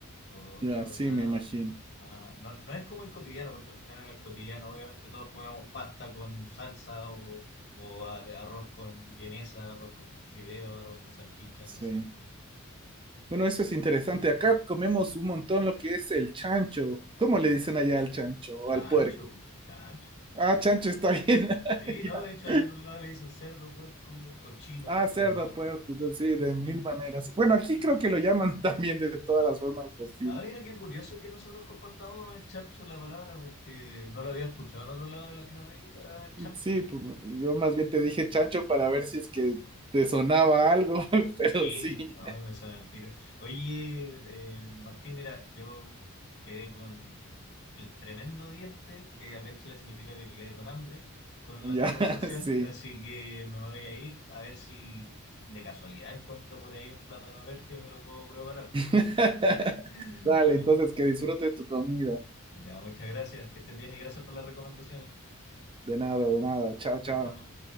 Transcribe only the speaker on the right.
ya,
sí, me imagino.
Sí.
Bueno, eso es interesante. Acá comemos un montón lo que es el chancho. ¿Cómo le dicen allá al chancho o
al puerco?
Ah, chancho está bien. <laughs>
Ya.
Ah, cerdo,
puerco, no, sí, de mil maneras. Bueno, aquí
creo que lo llaman <laughs> también de todas las formas posibles.
Sí, pues yo más bien te dije chancho para ver si es que te sonaba algo, <laughs> pero
sí.
Ya,
<laughs> sí.
<laughs>
Dale,
entonces que disfrute tu comida.
De nada, de nada. Chao, chao.